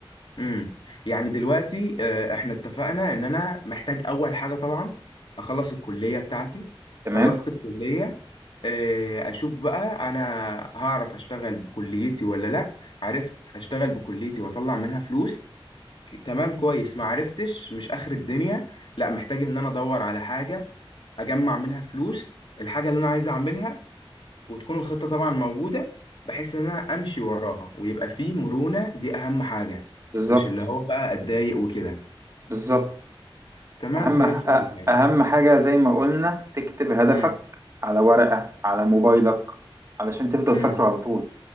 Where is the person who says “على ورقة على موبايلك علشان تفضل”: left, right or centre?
Right